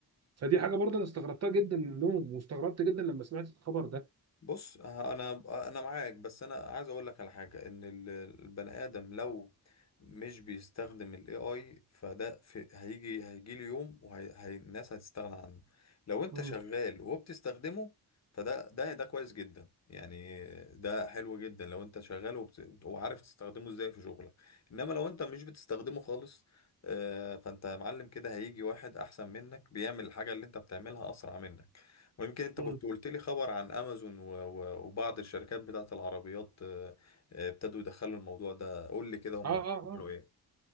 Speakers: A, on the right (about 40°); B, on the left (about 40°).
A: فدي حاجه برضه انا استغربتها جدا منهم واستغربت جدا لما سمعت الخبر ده
B: بص آه، انا انا معاك بس انا عايز اقول لك على حاجه ان ال- البني ادم لو مش بيستخدم الاي اي فده في هيجي هيجي له يوم والناس هتستغنى عنه لو انت
A: مم.
B: شغال وبتستخدمه فده ده ده كويس جدا يعني ده حلو جدا لو انت شغال وبت... وعارف تستخدمه ازاي في شغلك انما لو انت مش بتستخدمه خالص آه، فانت يا معلم كده هيجي واحد احسن منك بيعمل الحاجه اللي انت بتعملها اسرع منك ويمكن انت
A: مم.
B: كنت قلت لي خبر عن امازون و- و- وبعض الشركات بتاعت العربيات آه، آه، ابتدوا يدخلوا الموضوع ده قول لي كده هم
A: اه اه
B: بيعملوا
A: اه
B: ايه